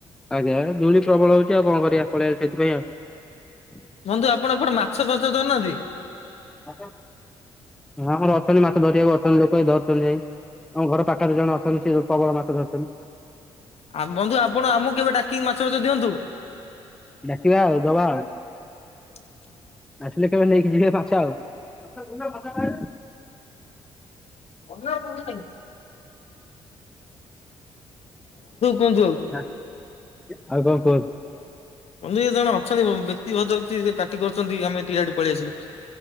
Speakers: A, in the centre; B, on the left (about 55°).
A: ଆଜ୍ଞା ଧୁଳି ପ୍ରବଳ ହଉଚି ଆଉ କଣ କରିବା ପଳେଇଆଇଲି ସେଥିପାଇଁ ଆଉ।
B: ବନ୍ଧୁ ଆପଣ ଏପଟେ ମାଛ ଫଛ ଧରୁ ନାହାନ୍ତି?
A: ହଁ ଆମର ଅଛନ୍ତି ମାଛ ଧରିବାକୁ ଅଛନ୍ତି ଲୋକ ଏ ଧରୁଚନ୍ତି ଯାଇଁକି। ଆମ ଘର ପାଖରେ ଜଣେ ଅଛନ୍ତି ସେ ପ୍ରବଳ ମାଛ ଧରୁଚନ୍ତି।
B: ଆଉ ବନ୍ଧୁ ଆପଣ ଆମକୁ କେବେ ଡାକିକି ମାଛ ଫାଛ ଦିଅନ୍ତୁ।
A: ଡାକିବା ଆଉ ଦବା ଆଉ।
B: <inaudible>
A: ଆସିଲେ କେବେ ନେଇକି ଯିବେ ମାଛ ଆଉ।
B: ଆଉ ବନ୍ଧୁ କୁହନ୍ତୁ। ଆଉ
A: <unintelligible> ଆଉ କଣ କୁଅନ୍ତୁ।
B: ବନ୍ଧୁ ଏ ଜଣେ ଅଛନ୍ତି ବ୍ୟକ୍ତି ଭଦ୍ର ବ୍ୟକ୍ତି ଇଏ ପାଟି କରୁଚନ୍ତି ଆମେ ଟିକେ ଇଆଢେ ପଳେଇ ଆସିଲୁ।